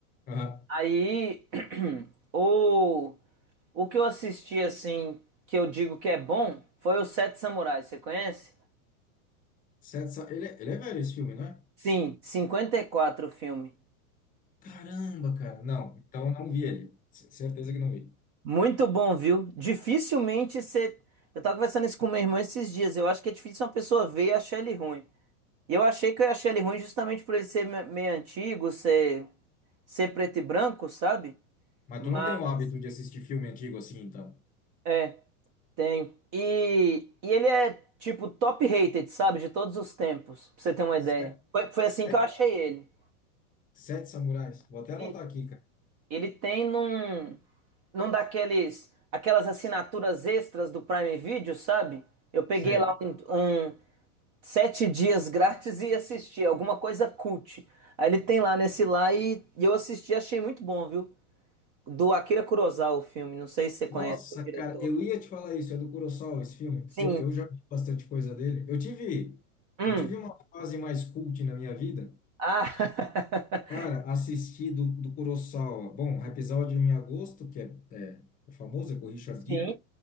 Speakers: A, on the left; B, on the right.
A: Aham.
B: Aí, <clears throat> o, o que eu assisti, assim, que eu digo que é bom, foi o Sete Samurais, você conhece?
A: Sete Sa- Ele, é- ele é velho esse filme, não é?
B: Sim, 54 o filme.
A: Caramba, cara. Não, então eu não vi ele. C- certeza que não vi.
B: Muito bom, viu? Dificilmente você. Eu tava conversando isso com meu irmão esses dias. Eu acho que é difícil uma pessoa ver e achar ele ruim. E eu achei que eu achei ele ruim justamente por ele ser me- meio antigo, ser, ser preto e branco, sabe?
A: Mas
B: Mas.
A: tu não tem o hábito de assistir filme antigo assim, então?
B: É, tem. E, e ele é, tipo, top rated, sabe? De todos os tempos, pra você ter uma
A: Sete,
B: ideia. Foi, foi
A: sete,
B: assim que eu achei ele.
A: sete Samurais. Vou até anotar
B: Isso.
A: aqui, cara.
B: Ele tem num. Num daqueles. Aquelas assinaturas extras do Prime Video, sabe? Eu peguei
A: Sei.
B: lá um, um sete dias grátis e assistir, alguma coisa cult. Aí ele tem lá nesse lá e, e eu assisti, achei muito bom, viu? Do Akira Kurosawa o filme, não sei se você conhece
A: Nossa,
B: o diretor.
A: cara, eu ia te falar isso. É do Kurosawa esse filme,
B: Sim.
A: porque eu, eu já vi bastante coisa dele. Eu tive,
B: Hum.
A: eu tive uma fase mais cult na minha vida.
B: Ah.
A: Cara,
B: <laughs>
A: assisti do, do Kurosawa. Bom, episódio em agosto, que é, é, é famoso, é com o Richard
B: Sim.
A: Gere.